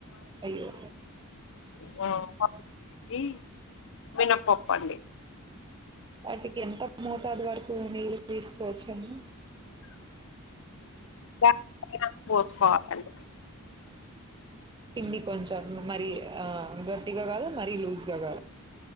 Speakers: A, on the right; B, on the left.
A: అయ్యో
B: <unintelligible> ఇ మినపొప్పండి
A: వాటికి ఎంత మోతాదు వరకు నీళ్ళు తీసుకోవచ్చ అండి
B: ప <unintelligible> పాపలు
A: కిన్ని కొంచెం మరి ఆ గట్టిగా కాదు మరీ లూజ్గా కాదు